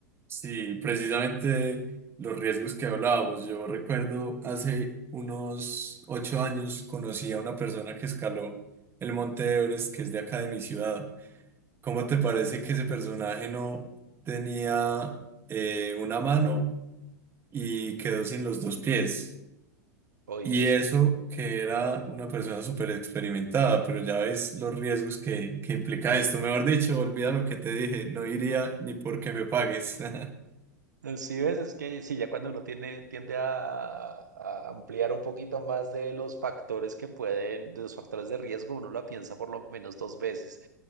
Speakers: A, on the right; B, on the right.
A: Sí, precisamente los riesgos que hablábamos. Yo recuerdo hace unos ocho años conocí a una persona que escaló el Monte Everest, que es de acá de mi ciudad. ¿Cómo te parece que ese personaje no tenía eh, una mano y quedó sin los dos pies?
B: Ay,
A: Y
B: Dios.
A: eso que era una persona súper experimentada, pero ya ves los riesgos que, que implica esto. Mejor dicho, olvida lo que te dije, no iría ni porque me pagues. <laughs>
B: Sí, ves, es que sí, ya cuando uno tiene, tiende a, a ampliar un poquito más de los factores que pueden, de los factores de riesgo, uno la piensa por lo menos dos veces.